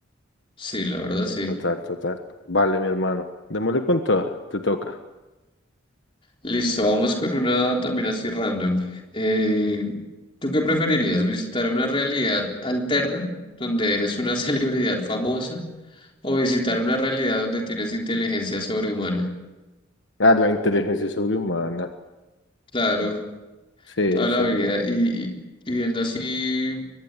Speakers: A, on the left; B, on the left.
A: Sí, la verdad
B: Sí,
A: sí.
B: Total, total. Vale, mi hermano. Démosle con toda. Te toca.
A: Listo, vamos con una también así random. Eh, ¿tú qué preferirías? ¿Visitar una realidad alterna donde eres una <laughs> celebridad famosa o visitar una realidad donde tienes inteligencia sobrehumana?
B: Ah, la inteligencia sobrehumana.
A: Claro.
B: Sí, eso
A: toda la vida.
B: era-
A: Y, y- y viendo así